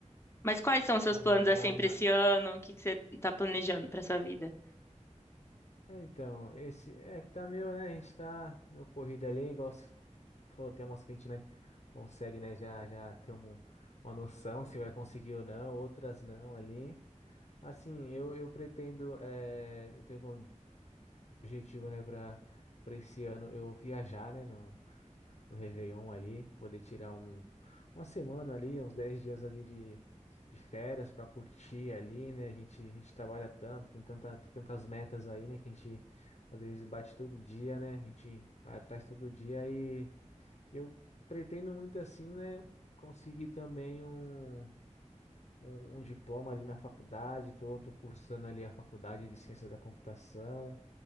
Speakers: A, on the left (about 20°); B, on the left (about 60°).
A: Mas quais são os seus
B: Ah,
A: planos assim para esse ano? O que que você está planejando para sua vida?
B: É, então, esse é que tá meio, né? A gente tá meio corrido ali, igual você falou, tem algumas que a gente, né, consegue, né, já, já ter um, uma noção se vai conseguir ou não, outras não ali. Assim, eu, eu pretendo, eh, eu tenho como objetivo, né, para para esse ano eu viajar, né? no Réveillon ali, poder tirar um, uma semana ali, uns 10 dias ali de, de férias para curtir ali, né? A gente, a gente trabalha tanto, tem tanta, tem tantas metas aí, né? Que a gente às vezes bate todo dia, né? A gente vai atrás todo dia e eu pretendo muito assim, né? Conseguir também um, um, um diploma ali na faculdade, tô, tô cursando ali a faculdade de ciência da computação